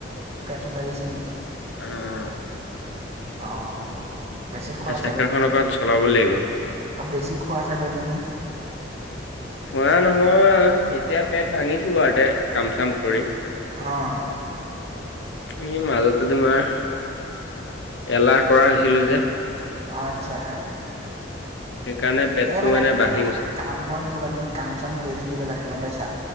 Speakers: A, on the right; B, on the left.
A: পেট‌ উলাই গৈছে নেকি?
B: উম
A: অহ বেছি খোৱা‌
B: অ চাইকেলখন
A: চাগৈ তুমি?
B: অকণ চলাব লাগিব
A: অ বেছি খোৱা চাগৈ তুমি?
B: খোৱা নহয় এতিয়া পেট ভাঙিছো বাৰুতে কাম চাম কৰি।
A: অহ
B: এই মাজতে তোমাৰ এলাহ কৰা হৈছিলোঁ যে।
A: অহ আচ্ছা।
B: সেইকাৰণে পেটটো
A: অ মানে
B: বাঢ়ি
A: কা-কাম
B: গৈছে
A: বন কিবা তুমি কাম চাম কৰি থাকিব লাগে গম পাইছা?